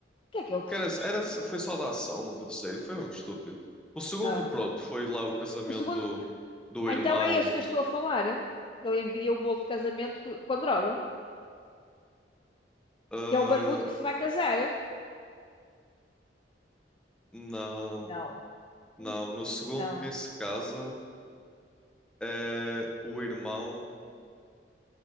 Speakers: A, on the left; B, in the centre.
A: O que é que é o
B: Que
A: terceiro
B: Era,
A: já
B: era,
A: agora?
B: foi só da ação o terceiro, foi mesmo estúpido. O segundo,
A: Ah,
B: pronto, foi lá o casamento
A: o segundo.
B: do
A: Ah,
B: irmão.
A: então é esse que eu estou a falar. Ele envia o bolo de casamento com droga,
B: Ah,
A: que é o barbudo que se vai casar.
B: não,
A: Não.
B: não.
A: N-
B: No segundo,
A: Não.
B: quem se casa. Eh, o irmão.